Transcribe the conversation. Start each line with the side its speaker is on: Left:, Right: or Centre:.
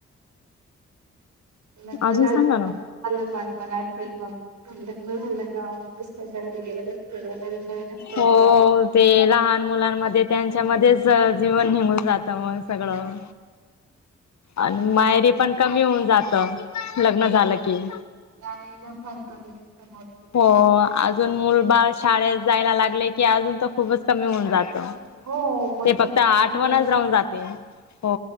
Right: लग्न
Left: अजून
Right: झालं
Left: सांगा ना
Right: मग तुम्हाला बालपन आठवेल मग, लग्न झालं का दुसऱ्याच्या घरी गेलं का सगळं नवीन नवीन असतं
Left: हो...
Right: किंवा
Left: ते लहान मुलांमध्ये त्यांच्यामध्येच जीवन निघून जातं मग सगळं आणि माहेरी पण कमी होऊन जात लग्न झालं की
Right: जान येण फार कमी होऊन जात
Left: हो अजून मुलबाळ शाळेत जायला लागले की अजून तर खुपचं कमी होऊन जात
Right: हो मग
Left: ते फक्त
Right: तर
Left: आठवणच राहून जाते हो